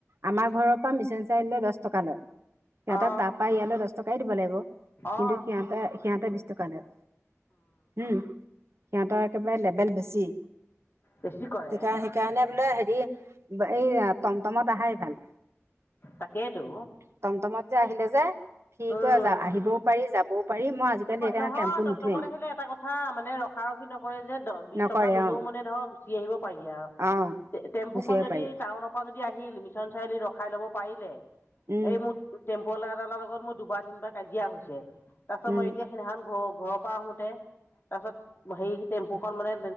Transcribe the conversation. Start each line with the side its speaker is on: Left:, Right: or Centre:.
Right: আমাৰ ঘৰৰ পৰা মিচন চাৰিআলিলৈ দছ টকা লয়। সিহঁতক
Left: অ
Right: তাৰ পাআ ইয়ালৈ দহ টকাই দিব লাগিব
Left: অ
Right: কিন্তু সিহঁতে বিশ টকা লয়। উম সিহঁতৰ একেবাৰে লেবেল বেছি।
Left: বেছি কৰে।
Right: সেইকাৰণে সেইকাৰণে বোলে হেৰি এই টমটমত আহাই ভাল।
Left: তাকেইতো
Right: টমটমত যে আহিলে যে কি
Left: উম
Right: কয় আহিবও পাৰি যাবও পাৰি মই আজিকালি সেইকাৰণে
Left: নহয়
Right: টেম্পু
Left: টমটমত
Right: নুঠোৱেই
Left: আহিলে এটা কথা, মানে ৰখাৰখি নকৰে যে দ বিশ
Right: নকৰে
Left: টকা ল'লেও
Right: অ
Left: মানে ধৰক উঠি আহিব পাৰি আৰু
Right: অহ
Left: টেম্পুখন
Right: গুচি আহিব
Left: যদি
Right: পাৰি
Left: টাউনৰ পৰা যদি আহিল মিছন চাৰিআলিত ৰখাই ল'ব পাৰিলে।
Right: উম
Left: এই মোৰ টেম্পুআলা এটা লগত মোৰ দুবাৰ তিনিবাৰ কাজিয়া হৈছে। তাৰপাছত
Right: উম
Left: মই এতিয়া সেইদিনাখন ঘৰ ঘৰৰ পৰা আহো আহোতে তে তাৰপিছত সেই টেম্পুখন মানে